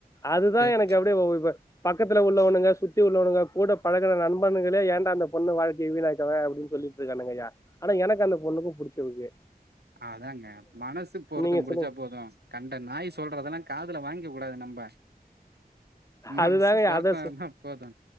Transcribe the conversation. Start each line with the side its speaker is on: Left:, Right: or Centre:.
Left: அதுதா
Right: சேரி
Left: எனக்கு அப்டியே ஓ இப்ப பக்கத்துல உள்ளவனுங்க சுத்தி உள்ளவனுங்க கூட பழகுன நண்பன்களே ஏண்டா அந்த பொண்ணு வாழ்க்கைய வீணாக்காதே அப்டின் சொல்லிட் இருக்கானுங்கையா ஆனா எனக்கு அந்த பொண்ணுக்கு புடிச்சுருக்கு
Right: அதாங்க மனசு பொருத்தோ
Left: நீங்க
Right: புடிச்சா
Left: சொல்லுங்க
Right: போது கண்ட நாய் சொல்றதெல்லா காதுல வாங்க கூடாது நம்ப மனசு
Left: அதுதாங்கய்யா
Right: பொருத்தம்
Left: அத சொ
Right: இருந்தா போது